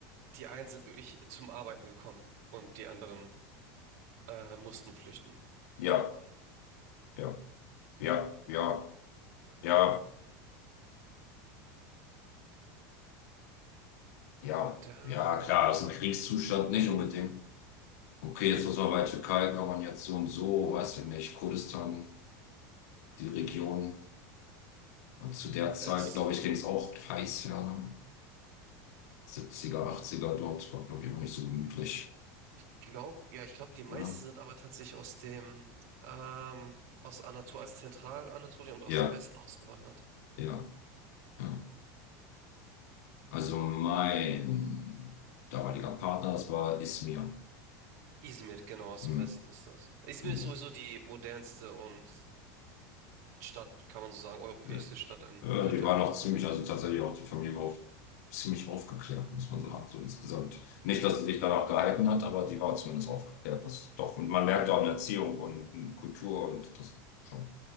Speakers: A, on the right (about 70°); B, on the left (about 70°).
A: die einen sind wirklich zum Arbeiten gekommen und die anderen Äh, mussten flüchten.
B: Ja, ja, ja, ja, ja, ja,
A: Gott, der
B: ja,
A: war,
B: klar, das
A: ja.
B: ist ein Kriegszustand, nicht unbedingt. Okay, jetzt muss man bei Türkei, kann man jetzt so und so, weiß ich nicht, Kurdistan, die Region. Und zu der Zeit,
A: Es
B: glaube ich, ging es auch heiß, ja, ne? 70er, dort, war, glaube ich, auch nicht so gemütlich.
A: glaubt, ja, ich glaube, die meisten
B: oder?
A: sind aber tatsächlich aus dem, ähm, aus Anatolien, also Zentralanatolien und aus
B: Ja,
A: dem Westen ausgewandert.
B: ja, ja. Also mein damaliger Partner, das war Ismir.
A: Izmir, genau, aus
B: Hm,
A: dem Westen ist das. Izmir
B: hm.
A: ist sowieso die modernste und Stadt, kann man so sagen, europäischste
B: Ja.
A: Stadt in
B: Ja,
A: der
B: die
A: Türkei.
B: waren auch ziemlich, also tatsächlich auch die Familie war auch ziemlich aufgeklärt, muss man sagen, so insgesamt. Nicht, dass sie sich danach gehalten hat, aber die war zumindest aufgeklärt. Das doch, und man merkt auch in Erziehung und in Kultur und das schon.